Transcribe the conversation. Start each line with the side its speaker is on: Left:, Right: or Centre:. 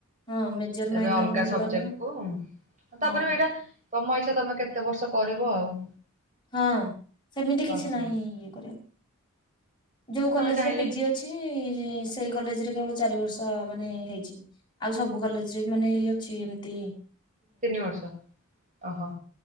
Left: ହଁ ମେଜର ମାଇନର
Right: ଏବେ ଅଲଗା
Left: ଗୁଡାକର
Right: ସବଜେକ୍ଟ କୁ। ତାପରେ
Left: ହଁ।
Right: ବି ଏଇଟା? ତମ ଇଚ୍ଛା, ତମେ କେତେ ବର୍ଷ କରିବ ଆଉ?
Left: ହଁ, ସେମିତି
Right: ପ୍ଲସ୍
Left: କିଛି
Right: ଥ୍ରୀ।
Left: ନାହିଁ। ଇଏ କରିବା। ଯୋଉ କଲେଜରେ
Right: ତମେ ଚାହିଁଲେ
Left: ପିଜି ଅଛି, ସେଇ କଲେଜରେ କେବଳ ଚାରି ବର୍ଷ ମାନେ ହେଇଛି। ଆଉ ସବୁ କଲେଜରେ ବି ମାନେ ଏଇ ଅଛି, ଏମିତି?
Right: ତିନି ବର୍ଷ। ଓହୋ,